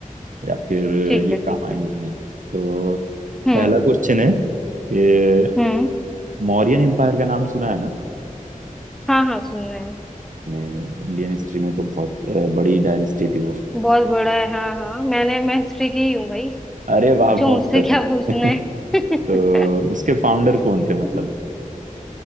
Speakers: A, on the right; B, in the centre.
A: या फिर
B: ठीक
A: ये
B: है ठीक
A: काम आएंगे
B: है
A: कि नहीं तो
B: हम्म
A: पहला क्वेश्चन है कि
B: हम्म
A: मौर्यन एम्पायर का नाम सुना है ना
B: हाँ हाँ सुना है
A: अपने इंडियन हिस्ट्री में तो बहुत अ, बड़ी डायनेस्टी थी वो
B: बहुत बड़ा है हाँ हाँ मैंने मैं हिस्ट्री की ही हूँ भाई
A: अरे वाह
B: पूछो
A: बहुत
B: मुझसे
A: सही <laughs>
B: क्या पूछना है
A: तो उसके फाउंडर कौन थे
B: <laughs>
A: मतलब